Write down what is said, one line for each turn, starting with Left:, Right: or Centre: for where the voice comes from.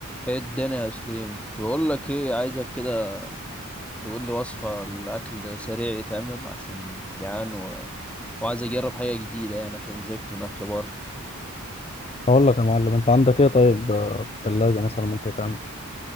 Centre: ايه الدنيا يا سليم كنت بقول لك ايه عايزك كده تقول لي وصفة لأكل سريع يتعمل عشان جعان و... وعايز اجرب حاجة جديدة يعني عشان زهقت من اكل بره
Left: اقول لك يا معلم انت عندك ايه طيب آه، في الثلاجه مثلا ممكن تعمل